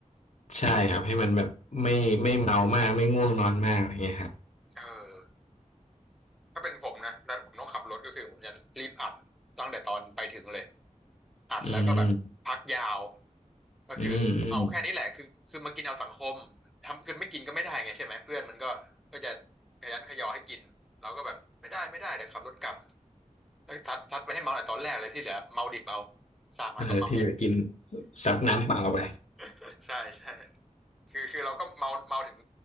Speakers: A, on the left; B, in the centre.
A: ใช่ครับให้มันแบบไม่ไม่เมามากไม่ง่วงนอนมากอะไรเงี้ยครับ
B: เออ ถ้าเป็นผมนะถ้าผมต้องขับรถก็คือผมจะรีบอัดตั้งแต่ตอนไปถึงเลยอัดแล้วก็แบบพักยาว
A: อืม
B: ก็คือเอาแค่นี้แหละคือคือมากินเอาสังคม
A: อืมอืม
B: ทำคือไม่กินก็ไม่ได้ไงใช่ไหมเพื่อนมันก็ก็จะขยันขยอให้กินเราก็แบบไม่ได้ไม่ได้เดี๋ยวขับรถกลับแล้วทัดทัดไปให้เมาแต่ตอนแรกเลยที่เหลือเมาดิบเอาสั่งแล้วก็เมาดิบ
A: เออที่เหลือกินซัดน้ำเปล่าไป
B: <laughs> ใช่ใช่คือคือเราก็เมาเมาถึง